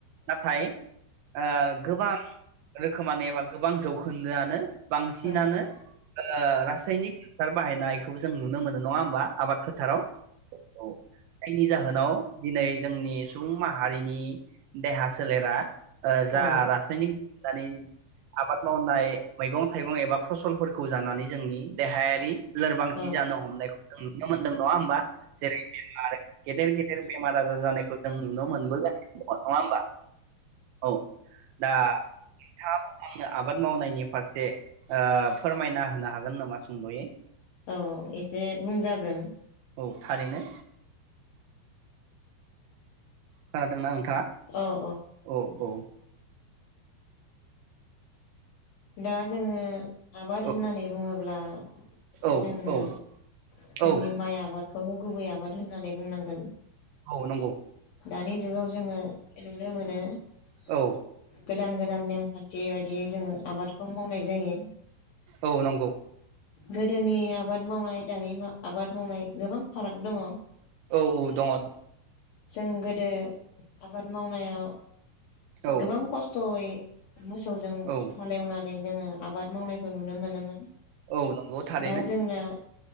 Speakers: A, on the right (about 75°); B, on the left (about 70°).
A: नाथाय ओ गोबां रोखोमानो एबा गोबां जौखोन्दोआनो बांसिनानो
B: औ
A: ओ रासायनिक हासार बाहायनायखौ जों नुनो मो नङा होमबा आबाद फोथाराव औ जायनि जाहोनाव दिनै जोंनि सुबुं माहारिनि सोलेरा ओ जा
B: औ
A: रासायनिक दानि आबाद मावनाय मैगं थाइगं एबा फसलफोरखौ जानानै जोंनि देहायारि लोरबांथि
B: औ
A: जानो हमनायखौ जों नुनो मोनदों नङा होमबा जेरै- बेमार गेदेर गेदेर बेमार आजार जानायखौ जों नुनो मोनबोगासिनो दङ नङा होमबा? औ दा नोंथाङाबो आंनो आबाद मावनायनि फारसे ओ फोरमायना होनो हागोन नामा सुंदयै?
B: औ एसे बुंजागोन
A: औ थारैनो। खोनादों ना ओं
B: अ अ
A: औ औ
B: दा जोंङो आबाद
A: औ
B: होननानै बुङोब्ला
A: औ
B: जोंङो
A: औ
B: जोंनि
A: औ
B: माइ आबादखौनो गुबै आबाद होननानै बुंनांगोन
A: औ नंगौ
B: दानि जुगाव जोंङो नुनो मोनो <unintelligible>
A: औ
B: गोदान गोदान नेमखान्थि बायदियै जोंङो आबादखौ मावनाय जायो
A: औ नंगौ
B: गोदोनि आबाद मावनाय दानि मा-आबाद मावनाय गोबां फाराग दङ
A: औ औ दङ
B: जों गोदो आबाद मावनायाव
A: औ
B: गोबां खस्थयै मोसौजों
A: औ
B: हालेवनानै जोंङो आबाद मावनायखौ नुनो मोनोमोन
A: औ नंगौ थारैनो
B: दा जोंना